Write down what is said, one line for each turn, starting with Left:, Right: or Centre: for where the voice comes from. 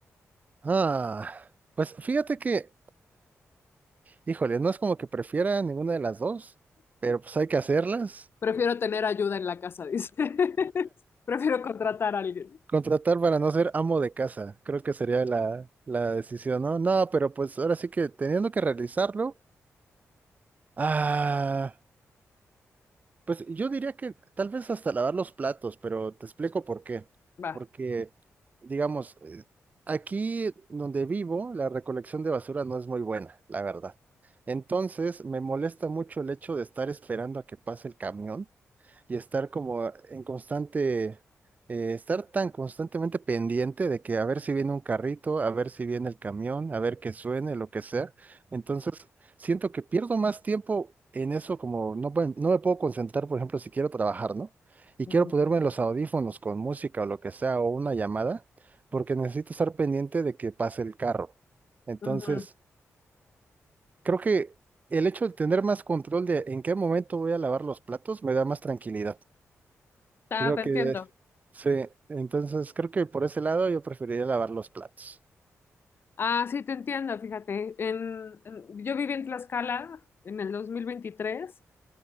Right: Ah, pues fíjate que Híjole, no es como que prefiera ninguna de las dos, pero pues hay que hacerlas.
Left: Prefiero tener ayuda en la casa, dice. <laughs> Prefiero contratar a alguien.
Right: Contratar para no ser amo de casa, creo que sería la, la decisión, ¿no? No, pero pues ahora sí que teniendo que realizarlo, ah, pues yo diría que tal vez hasta lavar los platos, pero te explico por qué.
Left: Va.
Right: Porque, digamos, eh, aquí donde vivo, la recolección de basura no es muy buena, la verdad. Entonces, me molesta mucho el hecho de estar esperando a que pase el camión y estar como en constante, eh, estar tan constantemente pendiente de que a ver si viene un carrito, a ver si viene el camión, a ver que suene, lo que sea. Entonces, siento que pierdo más tiempo en eso, como no, puedo- no me puedo concentrar, por ejemplo, si quiero trabajar, ¿no? Y
Left: Ujú.
Right: quiero ponerme los audífonos con música o lo que sea, o una llamada, porque necesito estar pendiente de que pase el carro. Entonces,
Left: Ujú.
Right: creo que el hecho de tener más control de en qué momento voy a lavar los platos me da más tranquilidad.
Left: Ah,
Right: Creo
Left: te entiendo.
Right: que sí. Entonces, creo que por ese lado yo preferiría lavar los platos.
Left: Ah, sí, te entiendo, fíjate. En, en- yo viví en Tlaxcala en el 2023